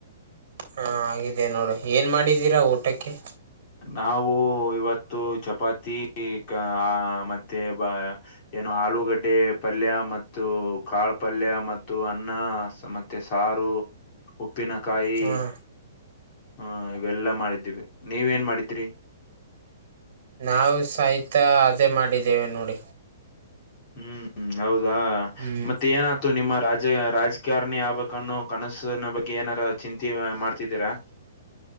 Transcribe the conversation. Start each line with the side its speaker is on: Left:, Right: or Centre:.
Right: ಹಾ ಆಗಿದೆ ನೋಡು ಏನ್ ಮಾಡಿದ್ದೀರಾ ಊಟಕ್ಕೆ?
Left: ನಾವು ಇವತ್ತು ಚಪಾತಿ ಆ ಮತ್ತೆ ಬ <unintelligible> ಏನೋ ಆಲೂಗಡ್ಡೆ ಪಲ್ಯ ಮತ್ತು ಕಾಳ ಪಲ್ಯ ಮತ್ತು ಅನ್ನ ಮ ಮತ್ತೆ ಸಾರು, ಉಪ್ಪಿನಕಾಯಿ
Right: ಹ್ಮ್
Left: ಹ್ಮ್ ಇವೆಲ್ಲಾ ಮಾಡಿದ್ದೀವಿ. ನೀವ ಏನ್ ಮಾಡಿದ್ರಿ?
Right: ನಾವು ಸಹಿತ ಅದೇ ಮಾಡಿದ್ದೇವೆ ನೋಡಿ.
Left: ಹ್ಮ್ ಹೌದಾ
Right: ಹ್ಮ್
Left: ಮತ್ತೆ ಏನಾತು ನಿಮ್ಮ ರಾಜ ರಾಜ. ಕಾರಣಿ ಆಗ್ಬೇಕ ಅನ್ನೋ ಕನಸನ ಬಗ್ಗೆ ಏನಾರ ಚಿಂತಿ ಮಾಡ್ತಿದ್ದೀರಾ.